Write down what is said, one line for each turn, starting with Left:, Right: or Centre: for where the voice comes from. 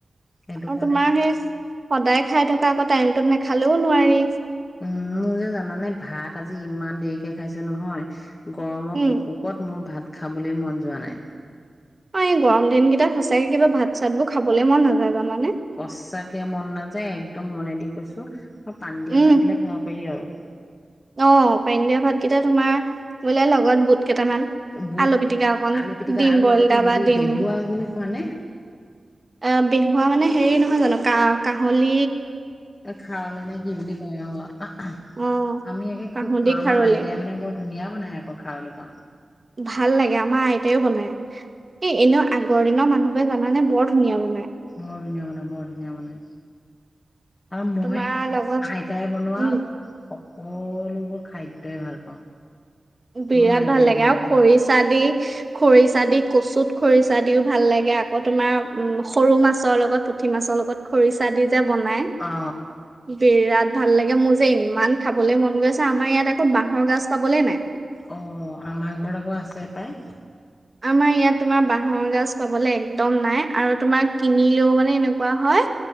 Left: সেইটো
Right: আৰু
Left: কাৰণে
Right: তোমাৰ
Left: দি
Right: সেই সদায় খাই থকা তাত আকৌ টাইমটোত নাখালেও নোৱাৰি।
Left: উম', মোৰ যে জানানে ভাত আজি ইমান দেৰিকে খাইছো নহয়। গৰমৰ
Right: উম
Left: ভোক-ভোকত মোৰ ভাত খাবলৈ মন যোৱা নাই।
Right: অ' এই গৰম দিন কেইটা সঁচাকে কিবা ভাত-চাত বোৰ খাবলৈ মন নাযায় জানানে।
Left: সচাকে মন নাযায় একদম মনে দি কৈছো। অ' পানদিয়া
Right: উম
Left: ভাত হ'লে খাব পাৰি আৰু।
Right: অ' পানীদিয়া ভাতকেইটা তোমাৰ বোলে, লগত বুট কেইটামান
Left: বুট
Right: আলু পিতিকা অকন,
Left: আলু পিটিকা
Right: দিম
Left: আৰু
Right: বইল,
Left: লগতে
Right: দা
Left: হেৰি
Right: বা দিম
Left: বেহুৱা তুমি খোৱা নে
Right: অ' বেহুৱা মানে, হেৰি নহয় জানো কা কাহলী,
Left: এ খাৰলে নে কি বুলি কয়? অ',
Right: অ
Left: আমি একে
Right: কাহুদি
Left: খুব খাও।
Right: খাৰলি
Left: আমাৰ আইতাই মানে ব ধুনীয়া বনাই আকৌ খাৰলী কন।
Right: ভাল লাগে আমাৰ আইতাইও বনাই এই এনেও আগৰ দিনৰ মানুহ বোৰে জানানে বৰ ধুনীয়া বনাই।
Left: বৰ ধুনীয়া মানে বৰ ধুনীয়া বনাই। আও মই,
Right: তোমাৰ লগত
Left: আইতাই বনোৱা
Right: উম
Left: সকলোবোৰ খাদ্যই ভাল পাওঁ।
Right: বিৰাট
Left: মোৰ আইতাই
Right: ভাল লাগে
Left: বনোৱাৰ
Right: আৰু
Left: ভিতৰত
Right: খৰিচা দি খৰিচা দি কচুত খৰিচা দিও ভাল লাগে আকৌ তোমাৰ উম' সৰু মাছৰ লগত পুঠি মাছৰ লগত খৰিচা দি যে বনাই,
Left: অ
Right: বিৰাত ভাল লাগে মোৰ যে ইমান খাবলৈ মন গৈ আছে আমাৰ ইয়াত আকৌ বাহৰ গাজ পাবলে নাই।
Left: অ', আমাৰ ঘৰত আকৌ আছে পায়।
Right: আমাৰ ইয়াত, তোমাৰ বাহৰ গাজ পাবলে একদম নাই আৰু তোমাৰ কিনিলেও মানে এনেকুৱা হয়।